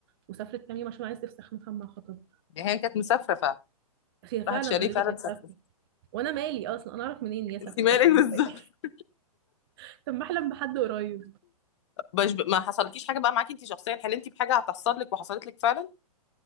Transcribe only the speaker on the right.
وسافرت كام يوم عشان عايزه تفسخ مثلا مع خطيبها
هي فعلا
اوريدي
كانت
سافرة. وانا مالي اصلا انا اعرف منين إن هي سافرت
عشان
متضايقه
<laughs> طب ما احلم بحد قريب